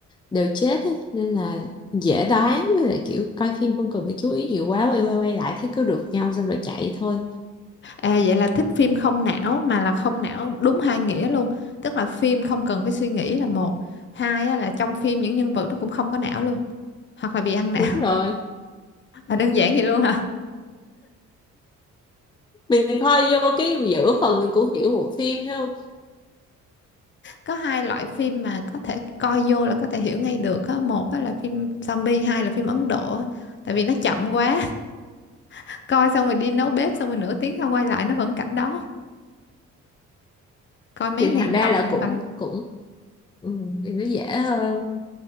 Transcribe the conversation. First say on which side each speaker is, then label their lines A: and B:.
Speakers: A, on the left; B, on the left.
A: đều chết ấy. nên là dễ đoán với lại kiểu coi phim không cần phải chú ý nhiều quá quay quay quay lại thấy cứ được nhau xong rồi chạy thôi
B: À vậy là thích phim không não mà là không não đúng hai nghĩa luôn. Tức là phim không cần phải suy nghĩ là một. Hai á, là trong phim những nhân vật nó cũng không có não luôn. Hoặc là bị ăn não.
A: đúng rồi
B: <laughs> Là đơn giản vậy luôn hả?
A: mình coi vô cái giữa phần mình cũng hiểu bộ phim thấy không
B: Có hai loại phim mà có thể coi vô là có thể hiểu ngay được á. Một á, là phim zombie, hai là phim Ấn Độ. á. Tại vì nó chậm quá. <laughs> Coi xong rồi đi nấu bếp xong rồi nửa tiếng sau quay lại nó vẫn cảnh đó. Coi mấy
A: thì
B: ngàn
A: thành ra
B: tập
A: là
B: vẫn
A: cũng
B: vậy.
A: cũng ừ, thì nó dễ hơn